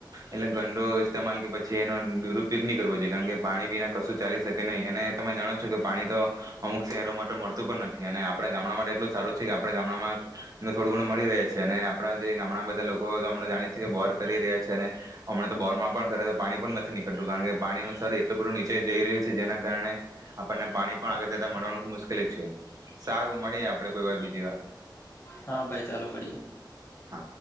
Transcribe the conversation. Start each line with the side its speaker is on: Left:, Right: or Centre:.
Right: એટલે ગંડો ઇસ્તેમાલ કે પછી એનો દુરુપયોગ નહી કરવો જોઈએ કારણ કે પાણી વિના કશું ચાલી શકે નહીં અને તમે જાણો છો કે પાણી તો અમુક શહેરો માટે મળતું પણ નથી અને આપડા ગામડા માટે એટલું સારું છે કે આપડા ગામડામાં થોડું ગુણ મળી રહે છે અને આપણા જે ગામડા બધા લોકો તો અમ જાણીએ છી કે બોર કરી રહ્યા છે ને હમણા તો બોરમાં પણ કરે પાણી પણ નથી નીકળતું કારણ કે પાણી ન સ્ર એટલું બધું નીચે જઈ રહ્યું છે જેના કારણે આપણને પાણી પણ આગળ જતા મળવાનું ખબ મુશ્કેલ જ છે સારું મળી આપણે કોઈ વાર બીજી વાર
Left: હા ભાઈ ચાલો મળી.
Right: હા